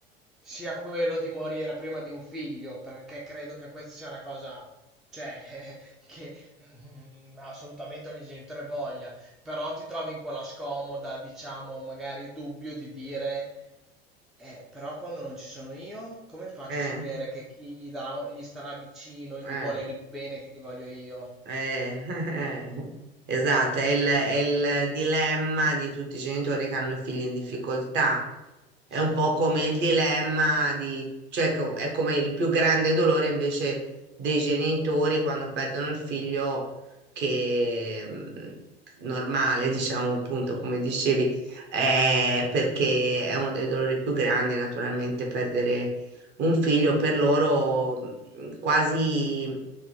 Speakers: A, in the centre; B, on the right.
A: sia quello di morire prima di un figlio, perché credo che questa sia una cosa, cioè, <laughs> che mm, assolutamente ogni genitore voglia, però ti trovi in quella scomoda, diciamo, magari dubbio di dire, eh, però quando non ci sono io, come faccio
B: eh,
A: a sapere che chi gli darà- gli starà vicino, gli
B: eh.
A: vuole il bene che gli voglio io?
B: Eh, <laughs> esatto, è il, è il dilemma di tutti i genitori che hanno figli in difficoltà, è un
A: Certo,
B: po' come il dilemma di, cioè co- è come il più grande dolore invece dei genitori quando perdono il figlio che mh, normale, <laughs> diciamo appunto, come dicevi, eh, perché è uno dei dolori più grandi, naturalmente, perdere un figlio per loro mh, quasi